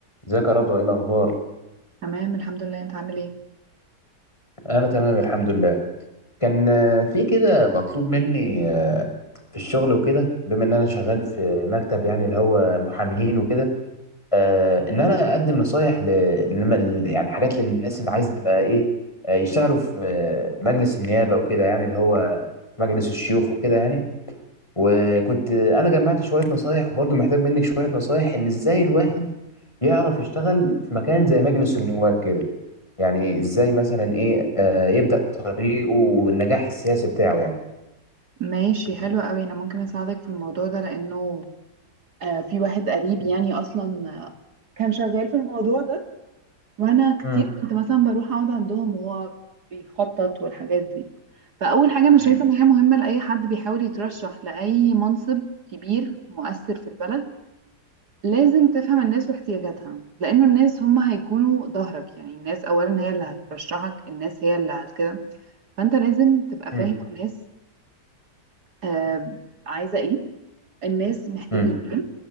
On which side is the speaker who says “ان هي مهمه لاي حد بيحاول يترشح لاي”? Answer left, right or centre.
Right